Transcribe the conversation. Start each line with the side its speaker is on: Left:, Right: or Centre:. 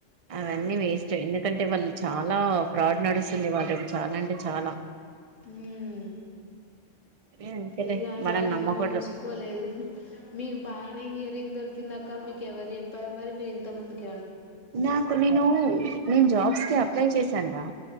Right: అవన్నీ వేస్ట్ ఎందుకంటే వాళ్ళు చాలా ఫ్రాడ్ నడుస్తుంది <inaudible> చాలంటే చాలా
Left: ఉమ్
Right: అంతేలే
Left: ఇంగ అట్ల
Right: మనల్ని
Left: మేం
Right: నమ్మకూడదు
Left: జూసుకోలేదు మీకు బానే దొరికిందక్క మీకెవరు చెప్పారు మరి మీరు ఇంత ముందుకే
Right: నాకు నేను నేను జాబ్స్ కి అప్లై చేశాను రా